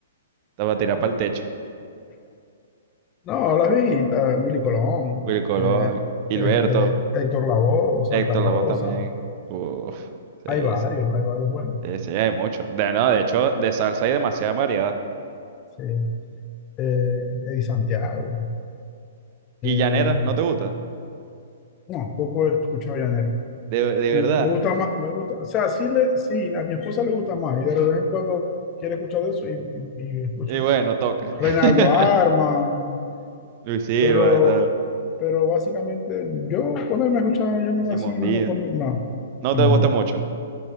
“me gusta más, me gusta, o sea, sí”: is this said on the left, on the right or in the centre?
Left